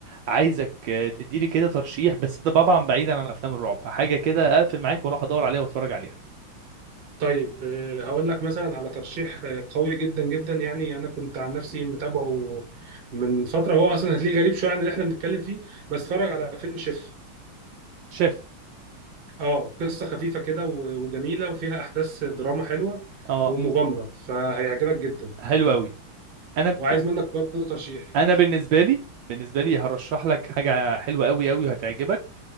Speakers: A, on the right; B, on the right.
A: عايزك آه، تديلي كده ترشيح بس ده طبعا بعيدا عن افلام الرعب حاجة كده اقفل معاك واروح ادور عليها واتفرج عليها
B: طيب آه، هقول لك مثلا على ترشيح آه، قوي جدا جدا يعني انا كنت عن نفسي متابعه من فتره هو اصلا هتلاقيه غريب شويه عن اللي احنا بنتكلم فيه بس اتفرج على فيلم شيف
A: شاف
B: اه قصه خفيفه كده و- وجميله وفيها احداث دراما حلوه
A: اه
B: ومغامره فهيعجبك جدا
A: حلو قوي انا
B: وعايز منك برضه ترشيح
A: انا بالنسبة لي بالنسبة لي هرشح لك حاجة حلوة قوي قوي وهتعجبك